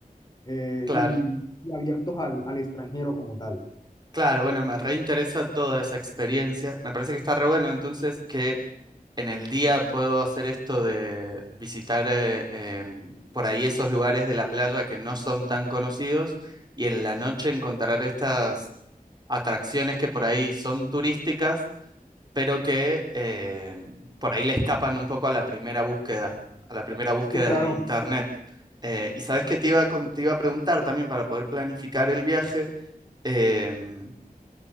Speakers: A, on the left (about 25°); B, on the right (about 30°).
A: eh,
B: claro,
A: y, y abiertos al, al extranjero como tal.
B: claro, bueno, me reinteresa toda esa experiencia. Me parece que está re bueno entonces que en el día puedo hacer esto de visitar eh, em, por ahí esos lugares de la playa que no son tan conocidos y en la noche encontrar estas atracciones que por ahí son turísticas, pero que em, por ahí le escapan un poco a la primera búsqueda, a la primera búsqueda
A: Sí, claro.
B: en internet. Eh, y sabes que te iba, a con- te iba a preguntar también para poder planificar el viaje. em,